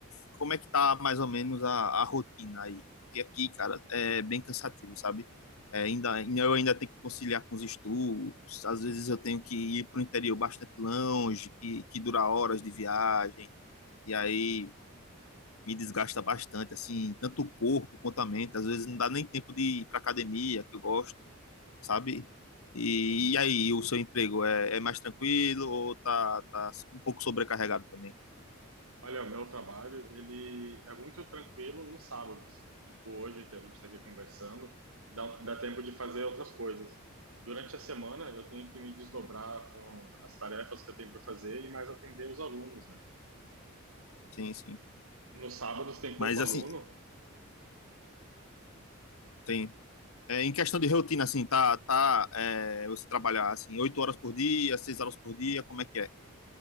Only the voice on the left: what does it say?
como é que tá mais ou menos a, a rotina aí? Porque aqui, cara, é bem cansativo, sabe? É, ainda, eu ainda tenho que conciliar com os estudos, às vezes eu tenho que ir para o interior bastante longe, que, que dura horas de viagem, e aí me desgasta bastante, assim, tanto o corpo quanto a mente. Às vezes não dá nem tempo de ir para academia, que eu gosto sabe? E,
e aí, o seu emprego é, é mais tranquilo ou tá, tá um pouco sobrecarregado também?
Sim, sim.
Mas
assim, sim. É, em questão de rotina, assim, tá, tá, é, você trabalhar assim, oito horas por dia, seis horas por dia, como é que é?